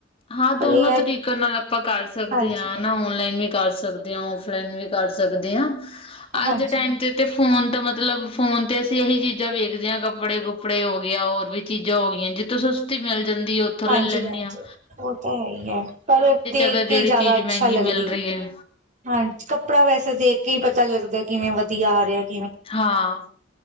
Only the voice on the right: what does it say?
ਪਰ
ਇਹ ਹੈ
ਹਾਂਜੀ
ਹਾਂਜੀ
ਹਾਂਜੀ
ਹਾਂਜੀ
ਉਹ ਤਾਂ ਹੈ ਈ ਐ, ਪਰ ਦੇਖ
ਕੇ
ਈ ਜਾਦਾ
ਅੱਛਾ
ਲੱਗਦੀ
ਐ।
ਹਾਂ ਕੱਪੜਾ ਵੈਸੇ ਦੇਖ ਕੇ ਈ ਪਤਾ ਲੱਗਦਾ ਕਿਵੇਂ ਵਧੀਆ ਆ ਰਿਹਾ ਏ।